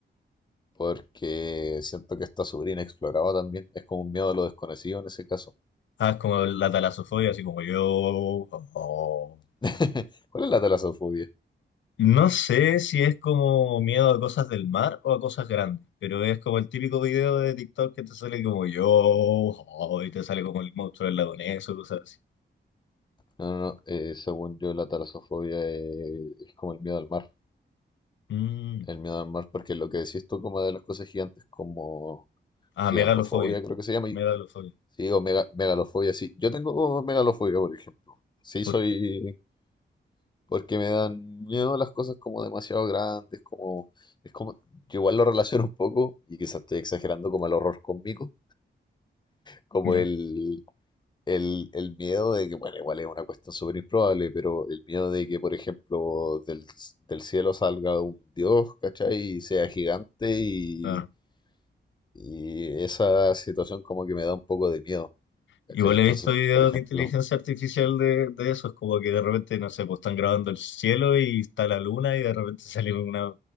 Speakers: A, on the left (about 25°); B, on the left (about 75°).
A: porque siento que está sobrina inexplorado también. Es como un miedo a lo desconocido en ese caso.
B: Ah, es como la talasofobia,
A: Ujú.
B: así como yo... oh,
A: <laughs> ¿Cuál es la talasofobia?
B: No sé si es como miedo a cosas del mar o a cosas grandes, pero es como el típico video de TikTok que te sale como yo, oh, y te sale como el monstruo del lago Ness o cosas así.
A: No, no, no, eh, según yo la talasofobia eh, es como el miedo al mar.
B: Mm.
A: El miedo al mar, porque lo que decís tú como de las cosas gigantes, como
B: Ah,
A: gigantofobia,
B: megalofobia,
A: creo que se llama.
B: megalofobia.
A: y- Sí, o mega- megalofobia, sí. Yo tengo megalofobia, por ejemplo. Sí,
B: ¿Por
A: soy...
B: qué?
A: Porque me dan miedo las cosas como demasiado grandes, como... Es como... Yo igual lo relaciono un poco, y quizás estoy exagerando como el horror cómico, como
B: Ya,
A: el... El, el miedo de que, bueno, igual es una cuestión súper improbable, pero el miedo de que, por ejemplo, del, del cielo salga un dios, ¿cachai? Y sea gigante y,
B: claro.
A: Y esa situación como que me da un poco de miedo, ¿cachai?
B: Igual
A: Entonces,
B: he visto videos
A: por ejemplo,
B: de inteligencia artificial de, de esos, como que de repente, no sé, pues están grabando el cielo y está la luna y de repente <laughs> sale una